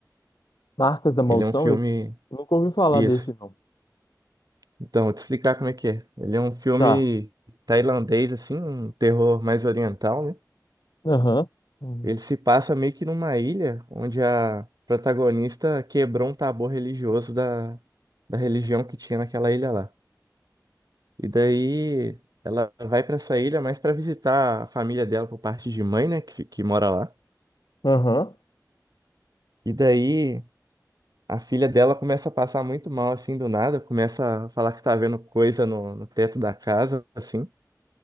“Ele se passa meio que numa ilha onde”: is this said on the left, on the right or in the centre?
Right